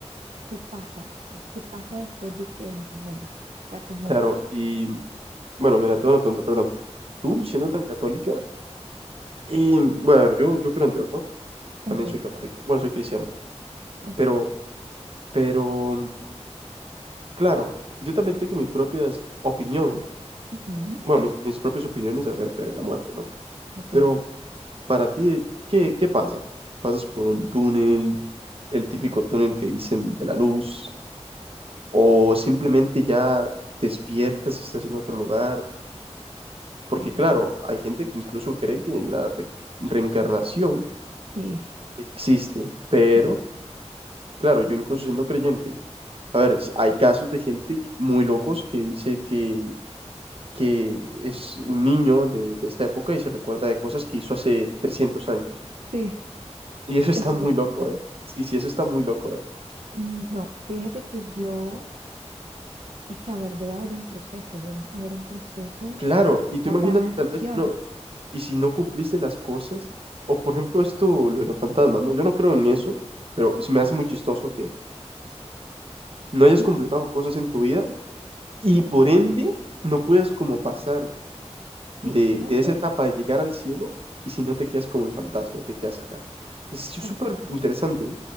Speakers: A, on the right; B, on the right.
A: ¿qué pasa? O sea, ¿qué pasa después de que él muere? O sea, como,
B: Claro. Y bueno, mira,
A: ah,
B: tengo una pregunta, perdón. Tú,
A: ujú,
B: siendo tan católica, y, bueno, a ver, yo, yo creo en Dios, ¿no?
A: ok,
B: También soy católico. Bueno, soy cristiano.
A: ok,
B: Pero, pero, claro, yo también tengo mi propia opinión.
A: ujú,
B: Bueno, mis, mis propias opiniones acerca de la muerte, ¿no?
A: ok,
B: Pero para ti, ¿qué, qué pasa? ¿Pasas por un túnel, el típico túnel que dicen de la luz? ¿O simplemente ya despiertas y estás en otro lugar? Porque
A: ya,
B: claro, hay gente que incluso cree que la re- reencarnación
A: sí,
B: existe, pero
A: exacto,
B: claro, yo incluso siendo creyente, a ver, si- hay casos de gente muy locos que dice que, que es un niño de, de esta época y se recuerda de cosas que hizo hace 300 años. <laughs>
A: sí,
B: Y eso está
A: eso
B: muy
A: lo he escuchado.
B: loco, ¿eh? Sí, sí, eso está muy loco, ¿eh?
A: Mm, No, fíjate que yo Es que, a ver, debe haber un proceso, debe un- haber un proceso
B: Claro,
A: en esa
B: y tú imagínate
A: transición.
B: tal vez si no, y si no cumpliste las cosas, o por ejemplo esto, lo de los fantasmas, ¿no? Yo no creo en eso, pero se me hace muy chistoso que no hayas
A: Sí,
B: completado cosas en tu vida Y por ende, no puedes como pasar
A: sí,
B: de,
A: fíjate
B: de esa etapa
A: que
B: de llegar al cielo y si no te quedas como en fantasma te quedas acá. Es súper
A: no,
B: interesante. ¿eh?